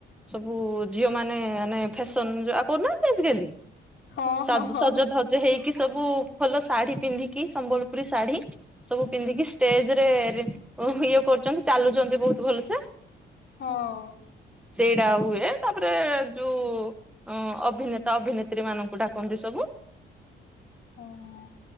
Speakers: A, in the centre; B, on the left (about 65°).
A: ସବୁ ଝିଅ ମାନେ-ମାନେ ଫେସନ ଯା କରୁନାହାନ୍ତି ଆଜି କାଲି।
B: ହଁ
A: ସଜ-ସଜ
B: ହଁ ହଁ।
A: ଧଜ ହେଇକି ସବୁ ଭଲ ଶାଢୀ ପିନ୍ଧିକି ସମ୍ବଲପୁରୀ ଶାଢୀ ସବୁ ପିନ୍ଧିକି ଷ୍ଟେଜ ରେ-ରେ ଓହୋ ଇଏ କରୁଚନ୍ତି ଚାଲୁଛନ୍ତି ବୋହୁତ ଭଲ ସେ।
B: ହଁ ଅ।
A: ସେଇଡା ହୁଏ ତାପରେ ଯୋଉ ଅ ଅଭିନେତା ଅଭିନେତ୍ରୀ ମାନଙ୍କୁ ଡାକନ୍ତି ସବୁ।
B: ଉଁ ହୁଁ।